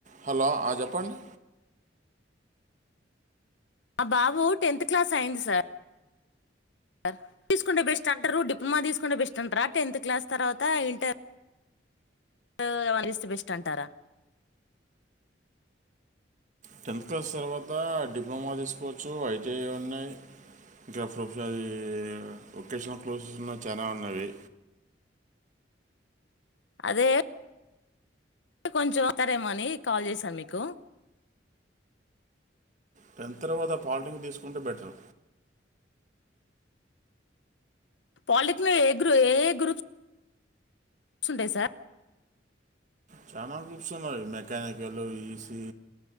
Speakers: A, on the right; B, on the left.
A: Hello ఆ చెప్పండి.
B: మా బాబు టెన్త్ క్లాస్ అయింది సార్ సార్ తీసుకుంటే బెస్ట్ అంటారు డిప్లొమా తీసుకుంటే బెస్ట్ అంటారా టెన్త్ క్లాస్ తర్వాత ఇంటర్ ఏమన్నా చేస్తే బెస్ట్ అంటారా.
A: టెన్త్ క్లాస్ తర్వాత డిప్లొమా తీసుకోవచ్చు ఐ ఇంక ఏమ్ ఉన్నాయి <unintelligible> అది వొకేషనల్ కోర్సెస్ ఉన్నా చాలా ఉన్నవి.
B: అదే కొంచం వస్తారేమోని కాల్ చేసాను మీకు
A: టెన్త్ తర్వాత పాలిటెక్నిక్ తీసుకుంటే బెటరు
B: పాలిటెక్నిలో ఎ గ్రూ ఏ ఏ గ్రూప్ గ్రూప్స్ ఉంటై సార్
A: చానా గ్రూప్స్ ఉన్నాయి మెకానికల్ ఈసీ